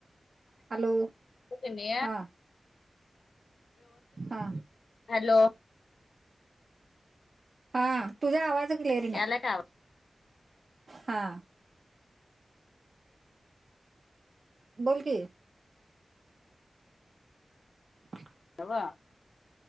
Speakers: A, on the right; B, on the left.
A: हॅलो
B: <inaudible>
A: हा हा
B: हॅलो!
A: हा तुझा आवाज क्लिअर येना.
B: यालाय का आवाज
A: हा बोल की हि
B: तव <inaudible>